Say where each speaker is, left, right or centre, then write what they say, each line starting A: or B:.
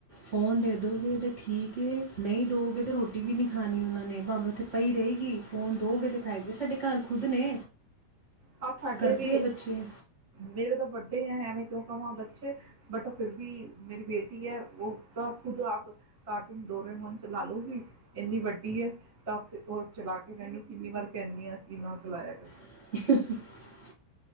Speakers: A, on the right (about 55°); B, on the right (about 25°).
A: ਫੋਨ ਦੇ ਦੋਗੇ ਤੇ ਠੀਕ ਏ, ਨਹੀਂ ਦੋਗੇ ਤੇ ਰੋਟੀ ਵੀ ਨੀ ਖਾਨੀ ਉਹਨਾਂ ਨੇ, ਭਾਵੇਂ ਉੱਥੇ ਪਈ ਰਹੇਗੀ ਫੋਨ ਦੋਗੇ ਤੇ ਖਾਏ ਗੇ ਸਾਡੇ ਘਰ ਖੁਦ ਨੇ।
B: ਪਰ ਸਾਡੇ
A: ਕਰਦੇ
B: ਵੀ
A: ਆ ਬੱਚੇ
B: ਮੇਰੇ ਤਾਂ ਵੱਡੇ ਹੈ ਐਵੇਂ ਕਿਉਂ ਕਵਾਂ ਬੱਚੇ ਬਟ ਫਿਰ ਵੀ ਮੇਰੀ ਬੇਟੀ ਹੈ ਉਹ ਤਾਂ ਖੁਦ ਆਪ ਕਾਰਟੂਨ ਡੋਰੇਮੋਨ ਚਲਾ ਲੂਗੀ, ਇੰਨੀ ਵੱਡੀ ਹੈ ਤਾਂ ਉਹ ਚਲਾ ਕੇ ਮੈਨੂੰ ਕਿੰਨੀ ਵਾਰ ਕਹਿੰਨੀ ਕਿ ਨਾ ਚਲਾਇਆ ਕਰ।
A: <unintelligible>